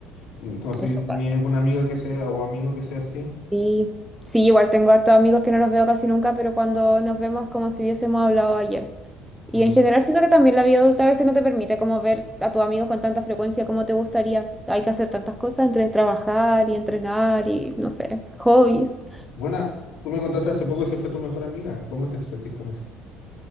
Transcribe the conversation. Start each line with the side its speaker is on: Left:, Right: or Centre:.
Left: No sé
Centre: Eso
Left: si tú
Centre: pasa.
Left: tenías algún amigo que sea o amigo que sea así.
Centre: Sí, sí, igual tengo hartos amigos que no los veo casi nunca, pero cuando nos vemos es como si hubiésemos hablado ayer. Y
Left: Mm.
Centre: en general siento que también la vida adulta a veces no te permite como ver a tus amigos con tanta frecuencia como te gustaría. Hay que hacer tantas cosas entre trabajar y entrenar y no sé, hobbies.
Left: Bueno, tú me contaste hace poco que se fue tu mejor amiga. ¿Cómo te sentís con eso?